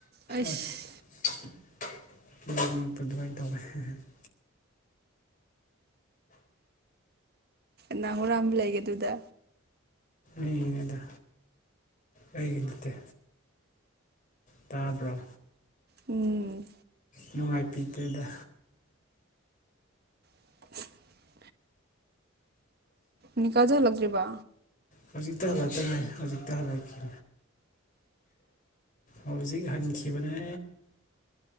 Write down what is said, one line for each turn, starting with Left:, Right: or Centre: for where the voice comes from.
Right: ꯑꯩꯁ
Left: ꯑꯁ <unintelligible>
Right: ꯅꯅꯥꯍꯣꯔꯥꯝ ꯂꯩꯒꯦꯗꯨꯗ
Left: ꯃꯤꯗ ꯑꯩꯒꯤ ꯅꯠꯇ ꯇꯥꯕ꯭ꯔꯣ
Right: ꯎꯝ
Left: ꯅꯨꯡꯉꯥꯏ ꯄꯗꯦꯗ
Right: <unintelligible> ꯅꯤꯀꯥꯖꯥ ꯂꯛꯖꯦꯕꯥ
Left: ꯍꯧꯖꯤꯛꯇꯛꯇ ꯍꯜꯂꯣꯏ ꯀ ꯍꯧꯖꯤꯛꯇꯛꯇ ꯍꯂꯣꯏ ꯀ ꯍꯧꯖꯤꯛ ꯍꯟꯈꯤꯕꯅꯦ